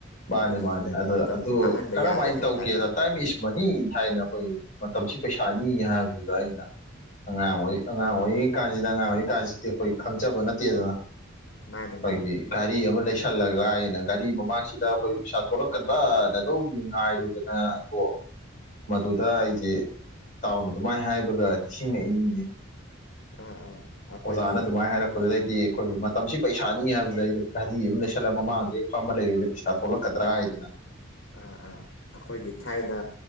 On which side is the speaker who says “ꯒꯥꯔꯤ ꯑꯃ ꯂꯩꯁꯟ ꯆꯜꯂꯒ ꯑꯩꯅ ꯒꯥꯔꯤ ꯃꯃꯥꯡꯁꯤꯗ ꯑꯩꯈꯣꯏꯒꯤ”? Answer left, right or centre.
Left